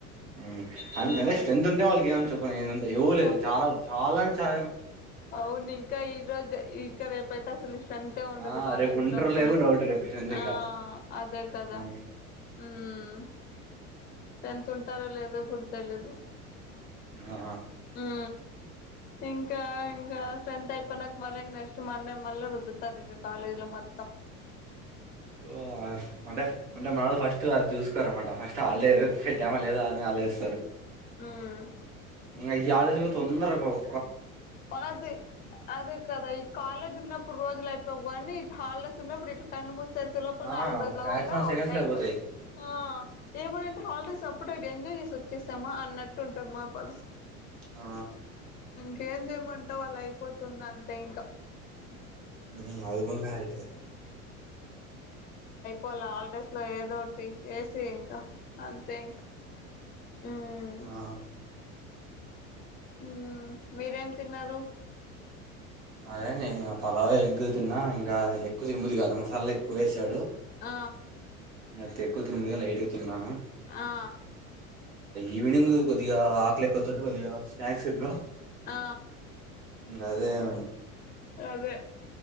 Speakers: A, on the right; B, on the left.
A: అ అంటే
B: ఉమ్
A: స్ట్రెంత్ ఉంటే వాళ్ళకి ఏమని చెప్ నేను అంతా ఇవ్వలేదు
B: చెప్ప
A: చాలా చాలా చా
B: అవును ఇంకా ఈరోజు, ఇంకా రేపయితే అసలు స్ట్రెంతే ఉండదు,
A: ఆ!
B: కాలేజ్
A: రేపు ఉంటారో
B: లో అసలు
A: లేదో డౌట్ రేపు స్ట్రెంత్
B: ఆ
A: ఇక.
B: అదే కదా
A: హ్మ్.
B: ఉమ్. స్ట్రెంత్ ఉంటారో లేదో కూడ్ తెల్లదు
A: ఆ!
B: ఆ ఇంకా ఇంకా స్ట్రెంత్ అయిపోనక మళ్లంగా నెక్స్ట్ మండే మళ్ళ రుద్దుతారు ఇంగ కాలేజ్ లో మొత్తం
A: ఓ ఆహ్ అంటే అంటే మనల ఫస్ట్ వాళ్ చూసుకు స్తరమాట ఫస్ట్ అల్లే తేమ లేదా అది ఆలోచిస్తారు
B: ఉమ్
A: ఇ గ్యాసు తొందరగా అవ్
B: అది అది కదా ఈ కాలేజ్ ఉన్నప్ ఇప్పుడు రోజులు అయిపోయివు కాని, ఇట్లా హాలడస్ ఉన్నప్పుడు ఇట్లా కళ్ళుమూసి తెరిచే లోపల
A: ఆ
B: నాలుగు రోజులు
A: ఫ్రాక్షన్
B: అవుతాం
A: ఆఫ్ సెకండ్స్ లో
B: అయిపోయి
A: అయిపోతాయి
B: ఆ ఏమంటే హాలిడేస్ అప్పుడు ఎంజాయ్ చేసి వచ్చేసామా అన్నట్టు ఉంటది మా పర్స్
A: ఆ
B: ఇంక ఏం చేయమంటవ్ అలా అయిపోతుంది అంతే ఇంకా
A: ఉమ్ ఆది కూడా రైటె
B: వాళ హాలిడేస్ లో ఏదోటి చేసి ఇంకా అంతే ఇంకా ఉమ్
A: ఆ
B: ఉమ్ మీరేం తిన్నారు
A: అదేంలే ఇంకా పలావ ఎగ్గు తిన్నా ఇంకా ఎక్కువ తినబుద్ధి కాలా మసాలా ఎక్కువ వేసాడు
B: ఆ
A: నాకు ఎక్కువ తినబుద్ధి కాలా <unintelligible> తిన్నాను
B: ఆ
A: ఈవినింగ్ కొద్దిగా ఆకలే కొంటే కొద్దిగా స్నాక్స్ ఎట్లా
B: ఆ
A: ఇంగ్ అదే అ
B: అదే